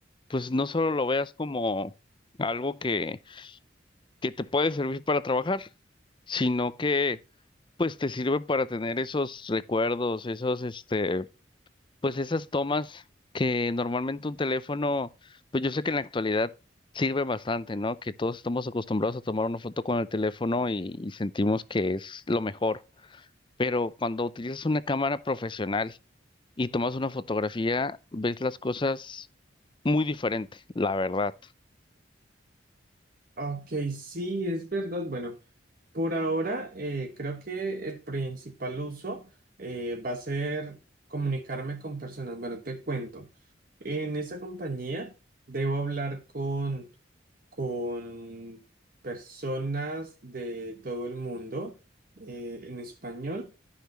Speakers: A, on the left; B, on the right.
A: pues no solo lo veas como algo que, que te puede servir para trabajar, sino que pues te sirve para tener esos recuerdos, esos, este, pues esas tomas que normalmente un teléfono, pues yo sé que en la actualidad sirve bastante, ¿no? Que todos estamos acostumbrados a tomar una foto con el teléfono y y sentimos que es lo mejor. Pero cuando utilizas una cámara profesional, y tomas una fotografía, ves las cosas muy diferente, la verdad.
B: Ok, sí, es verdad. Bueno. Por ahora, eh, creo que el principal uso eh, va a ser comunicarme con personas. Bueno, te cuento. En esa compañía debo hablar con, con personas de todo el mundo eh, en español.